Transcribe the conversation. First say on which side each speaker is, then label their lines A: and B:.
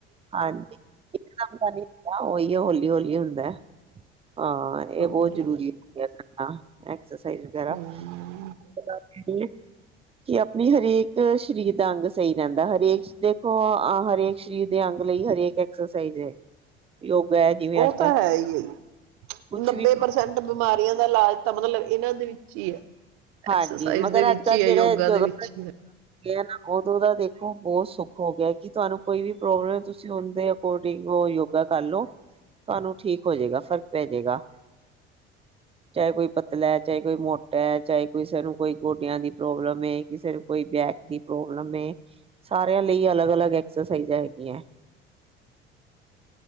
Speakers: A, on the right (about 20°); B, on the right (about 65°).
A: ਹਾਂਜੀ ਮ ਹੁੰਦਾਂ ਨੀ ਹੁੰ ਉਹੀ ਹੈ ਹੌਲੀ ਹੌਲੀ ਹੁੰਦਾ। ਹਾਂ ਇਹ
B: ਹਾਂਜੀ
A: ਬਹੁਤ ਜ਼ਰੂਰੀ ਹੈਣਾ ਹਾਂ। ਐਕਸਰਸਾਈਜ਼ ਵਗੈਰਾ,
B: ਹਮ
A: ਬੰਦਾ ਕੀ ਕਰੇ। ਕਿ ਆਪਣੀ ਹਰੇਕ ਸਰੀਰ ਦਾ ਅੰਗ ਸਹੀ ਰਹਿੰਦਾ, ਹਰੇਕ ਦੇਖੋ ਹਰੇਕ ਸਰੀਰ ਦੇ ਅੰਗ ਲਈ ਹਰੇਕ ਐਕਸਰਸਾਈਜ਼ ਹੈ। ਯੋਗਾ ਹੈ ਜਿਵੇਂ
B: ਉਹ
A: ਅੱਜ ਕੱਲ
B: ਤਾਂ ਹੈ ਹੀ ਹੈ ਜੀ।
A: ਕੁਛ
B: ਨੱਬੇ
A: ਵੀ
B: ਪ੍ਰਸੈਂਟ ਬਿਮਾਰੀਆਂ ਦਾ ਇਲਾਜ ਤਾਂ ਮਤਲਬ ਇਹਨਾਂ ਦੇ ਵਿੱਚ ਹੀ ਹੈ।
A: ਹਾਂਜੀ
B: ਐਕਸਰਸਾਈਜ਼
A: ਮਗਰ
B: ਦੇ ਵਿੱਚ
A: ਅੱਜ ਕੱਲ੍ਹ
B: ਹੀ ਹੈ
A: ਜਿਹੜੇ ਯੋਗਾ
B: ਦੇ ਵਿੱਚ ਹੀ
A: ਨਾ ਉਦੋਂ ਦਾ ਦੇਖੋ ਬਹੁਤ ਸੁੱਖ ਹੋ ਗਿਆ, ਕਿ ਤੁਹਾਨੂੰ ਕੋਈ ਵੀ ਪ੍ਰੋਬਲਮ ਤੁਸੀਂ ਉਹਦੇ ਅਕੋਰਡਿੰਗ ਉਹ ਯੋਗਾ ਕਰਲੋ, ਤੁਹਾਨੂੰ ਠੀਕ ਹੋ ਜਾਏਗਾ, ਫ਼ਰਕ ਪੈ ਜਾਏਗਾ, ਕੋਈ ਪਤਲਾ ਚਾਹੇ ਕੋਈ ਮੋਟਾ ਹੈ, ਚਾਹੇ ਕਿਸੇ ਨੂੰ ਕੋਈ ਗੋਡਿਆਂ ਦੀ ਪ੍ਰੋਬਲਮ ਹੈ, ਕਿਸੇ ਨੂੰ ਕੋਈ ਬੈਕ ਦੀ ਪ੍ਰੋਬਲਮ ਹੈ, ਸਾਰਿਆਂ ਲਈ ਅਲੱਗ ਅਲੱਗ ਐਕਸਰਸਾਈਜ਼ ਹੈਗੀਆਂ।